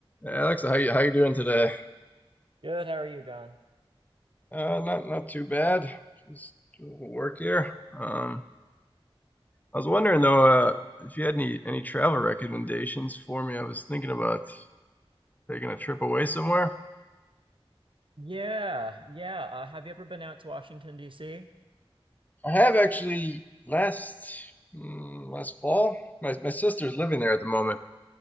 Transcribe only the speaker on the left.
Alexa, how you how you doing today?
Uh, not not too bad. Just doing a little work here. Um, I was wondering though, uh, if you had any any travel recommendations for me. I was thinking about taking a trip away somewhere.
I have actually last mm, last fall. My my sister's living there at the moment,